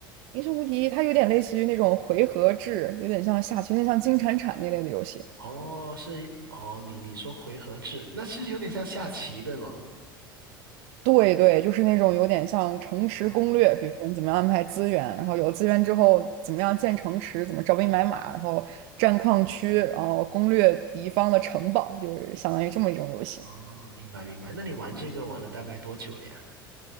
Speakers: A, on the right; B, on the right.
A: 《英雄无敌》它有点类似于那种回合制，有点像下棋，有点像金铲铲那类的游戏。
B: 哦，是哦，你你说回合制，那是有点像下棋对吗？
A: 对对，就是那种有点像城池攻略，
B: 啊，
A: 比如说你怎么样安排资源，然后有资源之后怎么样建城池，怎么招兵买马，然后占矿区，然后攻略敌方的城堡，就是相当于这么一种游戏。
B: 哦，明白明白。那你玩这个玩了大概多久了呀？